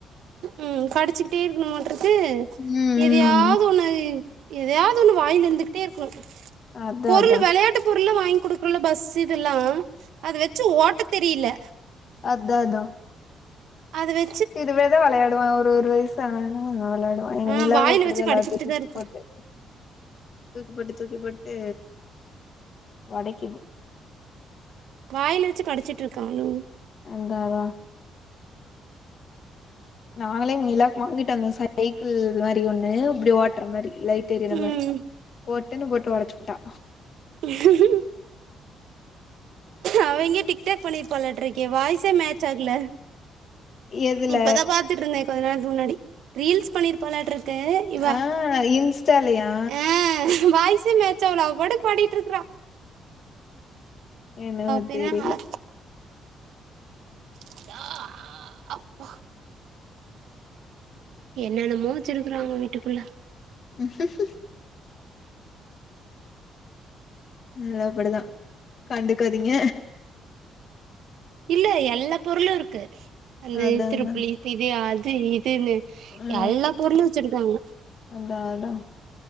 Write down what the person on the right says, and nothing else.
ம் கடிச்சுக்கிட்டே இருக்கணுமாட்ருக்கு
எதையாவது
ஒன்னு எதையாவது ஒன்னு வாய்ல இருந்துகிட்டே இருக்கனு
பொருள்
வெளையாட்டு பொருள்லா வாங்கி குடுக் இங்குள்ள பஸ் இதெல்லா அத வெச்சு ஓட்ட தெரியில்ல
அது வெ
ஆ
வாயில
வச்சு கடிச்சுக்கிட்டுதா
இருக்கா
வாயில வச்சு கடிச்சிட்டுருக்கானு
ம்
உ <unintelligible> அவ எங்க டிக் டாக் பண்ணிருப்பலாட்டுருக்கே வாய்ஸே மேச் ஆகல
இப்பதா பாத்துட்டு இருந்த கொஞ்ச நேரத்துக்கு முன்னாடி ரீல்ஸ் பண்ணிருப்பாலாட்டுருக் கு இவ
ஆ வாய்சே மேட்ச் ஆவல அவ பாட்டுக்கு பாடிட்டுருக்றா
பேரென்ன
அதா ஆ அப்பா என்னென்னமோ வச்சிருக்குறாங்க வீட்டுக்குள்ள
இல்ல எல்லா பொருளு இருக்கு அந்த
திருப்ளி
தீபி அது இதுன்னு
எல்லா பொருளு வச்சிருக்காங்க